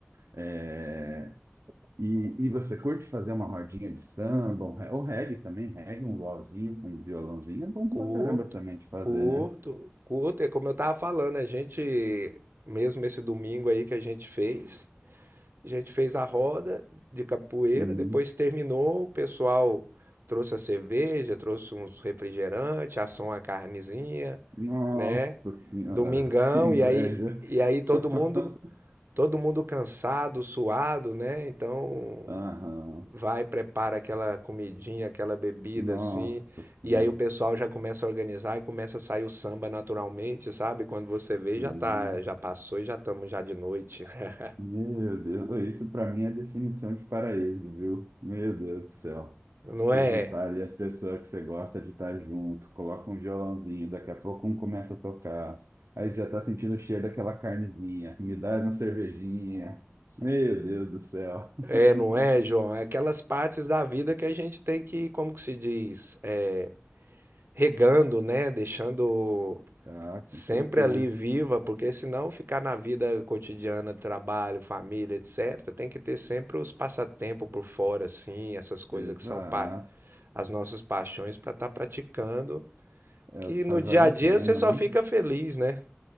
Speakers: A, on the right; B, on the right.
A: É, e, e você curte fazer uma rodinha de samba, um re- ou reggae também, reggae, um luauzinho com um violãozinho, é bom
B: Curto,
A: pra caramba também de fazer,
B: curto,
A: né?
B: curto. É como eu tava falando, a gente, mesmo esse domingo aí que a gente fez, a gente fez a roda de capoeira,
A: Uhum.
B: depois terminou, o pessoal trouxe a cerveja, trouxe uns refrigerantes, assou uma carnezinha,
A: Nossa
B: né?
A: senhora,
B: Domingão,
A: que inveja!
B: e aí, e aí todo
A: <laughs>
B: mundo. todo mundo cansado, suado, né? Então
A: Aham,
B: vai, prepara aquela comidinha, aquela bebida
A: Nossa
B: assim,
A: senhora,
B: e aí o pessoal já começa a organizar e começa a sair o samba naturalmente, sabe? Quando você vê,
A: sim.
B: já tá, já passou e já estamos já de noite. <laughs>
A: Meu Deus, isso para mim é definição de paraíso, viu? Meu Deus do céu.
B: Não
A: Se
B: é?
A: juntar ali as pessoas que você gosta de estar junto, coloca um violãozinho, daqui a pouco um começa a tocar, aí já tá sentindo o cheiro daquela carnezinha, me dá uma cervejinha. Meu Deus do céu. <laughs>
B: É, não é, João? É aquelas partes da vida que a gente tem que, como que se diz, é, regando, né? Deixando
A: Ah,
B: sempre
A: com certeza.
B: ali viva, porque senão ficar na vida cotidiana, trabalho, família, etc., tem que ter sempre os passatempos por fora, assim, essas coisas
A: Exato.
B: que são pa- as nossas paixões para estar praticando,
A: É
B: que
A: o que
B: no
A: faz
B: dia
A: valer
B: a
A: a
B: dia
A: pena,
B: você só
A: né?
B: fica feliz, né?